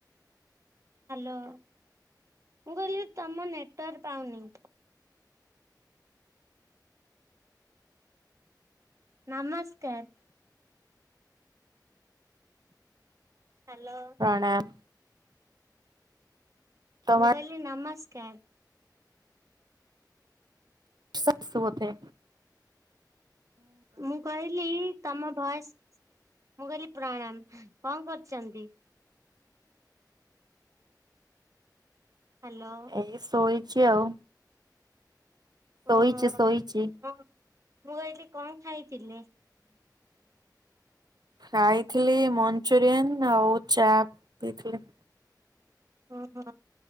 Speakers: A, on the right; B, on the right.
A: Hello, ମୁଁ କଇଲି ତୋମ ନେଟୱାର୍ ପାଉନି। ନମସ୍କାର। ହାଲୋ।
B: ପ୍ରଣାମ। ତମ
A: ମୁଁ କଇଲି ନମସ୍କାର।
B: ସତ୍ ସୁବତେ।
A: ମୁଁ କଇଲି ତୋମ ଭଏସ୍, ମୁଁ କଇଲି ପ୍ରଣାମ, କଣ କରଚନ୍ତି? ହାଲୋ।
B: ଏଇ ଶୋଇଚି ଆଉ।
A: ହଁ,
B: ଶୋଇଛି
A: ହଁ,
B: ଶୋଇଛି।
A: ହଁ ମୁଁ କଇଲି କଣ ଖାଇଥିଲେ?
B: ଖାଇଥିଲି ମଞ୍ଚୁରିଆନ୍ ଆଉ ଚା ପିଇଥିଲି।
A: ଓହୋ।